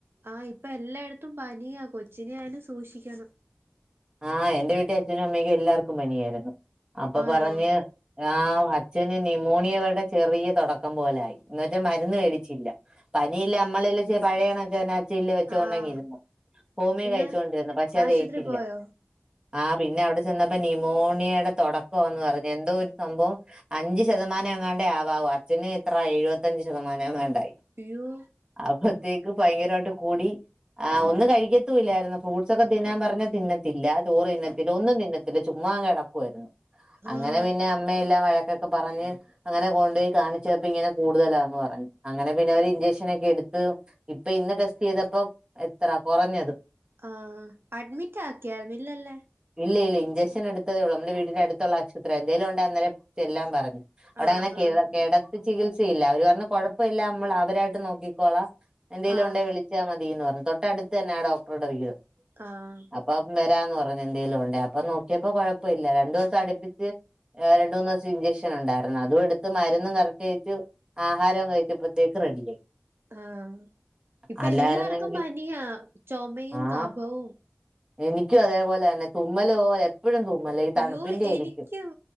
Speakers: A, on the right (about 70°); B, on the right (about 20°).
A: ആഹ ഇപ്പൊ എല്ലായിടത്തും പനിയാ കൊച്ചിനെ ആയിെ സൂക്ഷിക്കണം
B: ആഹ എന്റെ വീട്ടിൽ അച്ഛനും അമ്മക്കും എല്ലാർക്കും പനിയായിരുന്നു അപ്പൊ
A: ആന്നോ
B: പറഞ്ഞ് ആ അച്ഛന് ന്യമോണിയ വടെ ചെറിയ തുടക്കം പോലൊയി എന്നുവച്ചൽ മരുന്ന് മേടിച്ചില്ല പനിയില്ല നമ്മള് പഴയണൊക്കെെ അച്ചീല് വെച്ചുകോണ്ടെിയിരുന്നു
A: ആഹ്
B: ഹോമിയോ
A: പിന്നെ
B: കഴിച്ചുകൊണ്ടിരുന്നു പക്ഷെ
A: ആശുപത്രി
B: അത് ഏറ്റില്ല
A: പോയോ
B: ആ പിന്നെ അവിടെ ചെന്നപ്പോ ന്യമോണിയയുടെ തുടക്കംന്ന് പറഞ്ഞഞ് എന്തോ ഒരു സംഭവം അഞ്ചു ശതമാനം എങ്ങാണ്ട ആവാാവും അച്ഛന് എത്ര എഴുപത്തഞ്ചച് ശതമാനം എങ്ങാണ്ടായി
A: അയ്യോ
B: അപ്പത്തേ ഭയങ്കരമായിട്ട് കൂടി ആ ഒന്നും കഴിക്കത്തല്ലായിരുന്നു ഫ്രൂട്ട്സ് ഒക്കെ തിന്നാൻ പറഞ്ഞ തിന്ന ല്ല ചോറ് ഇന്നത്തില് ഒന്നും ഇന്നത്തിൽ ചുമ്മാ കിടക്കുായിരുന്നു അങ്ങനെ
A: ആഹ്
B: പിന്നെ അമ്മയെല്ലാം ൊക്കെ പറഞ്ഞ് അങ്ങെ കൊു പോോയി കാണിച്ചപ്പപ്പോ ഇങ്ങനെ കൂടുതലാന്ന് പറഞ്ഞു അങ്ങനെ പിന്നെ അവര് ഇഞ്ചക്ഷൻന ഒക്കെ എടു ഇപ്പ ഇന്ന് ടെസ്റ്റ് ചെയ്തപ്പോ എത്ര കുറഞ്ഞത്
A: ആഹ അഡ്മിറ്റ് ആക്കിയവില്ലല്ലേ
B: ഇല്ല ഇല്ല ഇഞ്ചെൻടുത്തേ ഉള്ളൂ നമ്മ വീടിന്റെ അടുത്തുള്ള ആശുപത്രി എന്തേലുംൊണ്ട് അന്നേെ എല്ലാം പറഞ്ഞു അവിടെ
A: ആഹ്
B: അങ്ങനെ ക
A: ആഹ്
B: കിടത്ത് ചികിത്സയില്ല അവര് പറഞ്ഞ കൊഴപ്പമ ഇില്ല നമ്മൾ അവരായിട്ട് നോക്കിക്കോളാ എന്തേങ്കലും
A: ആഹ്
B: ഉണ്ടേ വിളിച്ചാ മതിീന്ന് പറഞ്ഞു തൊട്ടടുത്ത് തന്നെ ആ ഡോക്ടറുടെ വീടും
A: ആഹ
B: അപ്പൊ വരാന്ന് പറഞ്ഞു എന്തേലും കൊണ്ടേ അപ്പൊ നോക്കിയപ്പോ കൊഴപ്പ ഇില്ല രണ്ടു ദിവസം അടുപ്പിച്ച് രണ്ട മൂന്നു ദിവസം ഇൻചക്ഷൻ ഉണ്ടായിരുന്നു അതും എടുത്ത് മന്ന്ും കറക്റ്റ് അഴു ആഹാരം കഴിച്ചപ്പോഴത്തേക്ക്ും റെഡിയ
A: ആഹ ഇപ്പൊ
B: അല്ലായിരുന്നെങ്കിൽ
A: എല്ലാർക്കും പനിയാ ചുമുമയും
B: ആഹ്
A: കപവും
B: എനിക്കും അതേപോലെ തന്നെ തുമ്മല് പോലെ എപ്പോഴും തുമ്മലാ ഈ
A: അയ്യോ
B: തണുപ്പിന്റെ ആയിരിക്കും
A: എനിക്ക്ും